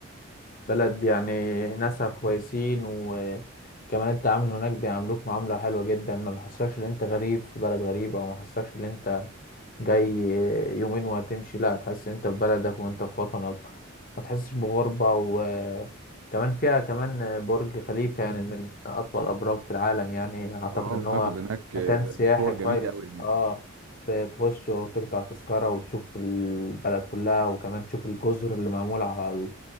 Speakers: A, on the left; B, on the right.
A: وبلد يعني ناسها كويسين وكمان التعامل هناك بيعاملوك معاملة حلوة جدا ما بيحسكش إن أنت غريب في بلد غريب أو ما بيحسكش إن أنت جاي يومين وهتمشي لا هتحس انت في بلدك وانت في وطنك ما تحسش بغربة وكمان فيها كمان برج خليفة يعني من أطول الأبراج في العالم يعني أعتقد
B: طبعاً
A: إن
B: بتاخد
A: هو
B: هناك
A: مكان سياحي
B: صور
A: كويس
B: جميله قوي هناك
A: اه ت- تخش وتقطع تذكرة وتشوف البلد كلها وكمان تشوف الجزر اللي معمولة على